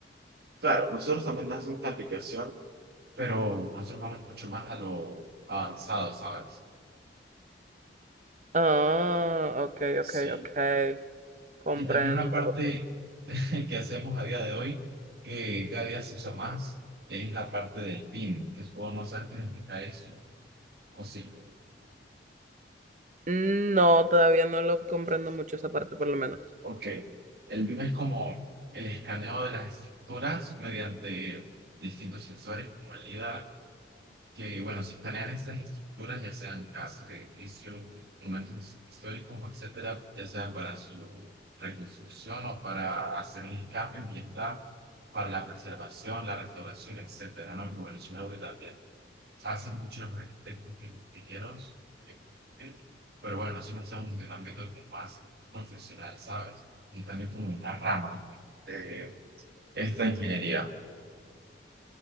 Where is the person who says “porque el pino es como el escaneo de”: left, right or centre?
Right